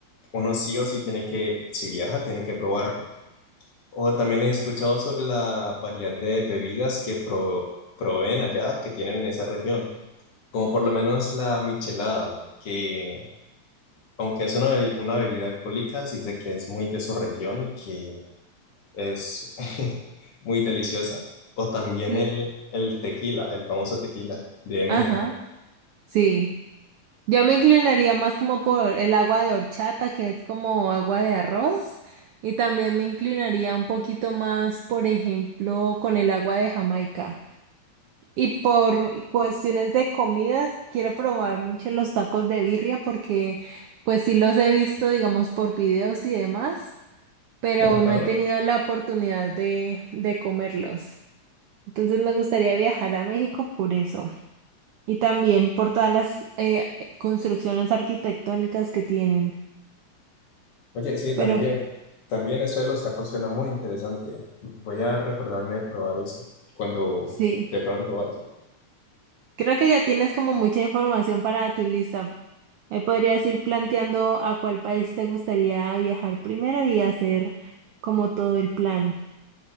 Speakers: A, on the left; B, on the right.
A: uno sí o sí tiene que, si viaja, tiene que probarlo. O también he escuchado sobre la variedad de bebidas que pro- proveen allá, que tienen en esa región, como por lo menos la michelada, que aunque es una, be- una bebida alcohólica, se dice que es muy de su región y que es <laughs> muy deliciosa. O también
B: Sí.
A: el, el tequila, el famoso tequila de México.
B: Ajá, sí. Yo me inclinaría más como por el agua de horchata, que es como agua de arroz, y también me inclinaría un poquito más, por ejemplo, con el agua de Jamaica. Y por cuestiones de comidas, quiero probar mucho los tacos de birria porque pues sí los he visto, digamos, por videos y demás, pero
A: Ajá.
B: no he tenido la oportunidad de, de comerlos. Entonces me gustaría viajar a México por eso y también por todas las eh, construcciones arquitectónicas que tienen.
A: Oye, sí,
B: Pero
A: también. También eso de los tacos suena muy interesante. Voy a recordarme de probar eso cuando
B: sí,
A: de pronto vaya.
B: creo que ya tienes como mucha información para tu lista. Ahí podrías ir planteando a cuál país te gustaría viajar primero y hacer como todo el plan.